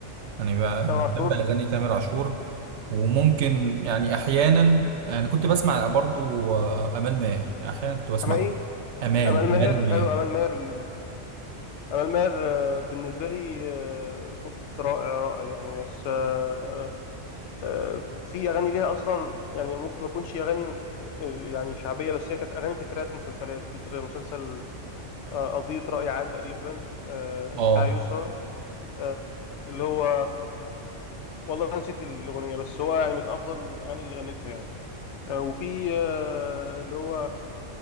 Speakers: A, on the right; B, on the left.
A: يعني ب-
B: تامر عاشور
A: بحب اغاني تامر عاشور وممكن يعني احيانا يعني كنت بسمع برضو آه، امال ماهر احيانا كنت بسمع
B: حماقي
A: امال
B: أمال ماهر
A: امال ماهر
B: حلو أمال ماهر ال- أمال ماهر آه، بالنسبة لي آه، صوت رائع رائع يعني بس آه، آه، آه، في اغاني ليها اصلا يعني ممكن ما تكونش اغاني آه، يعني شعبيه بس هي كانت اغاني تترات مسلسلات تتر مسلسل آه، قضية رأي عام تقريبا آه،
A: اه
B: بتاع يسرا آه، اللي هو والله نسيت الأغنية بس هو يعني من أفضل الأغاني اللي غنتها يعني آه، وفي آه، اللي هو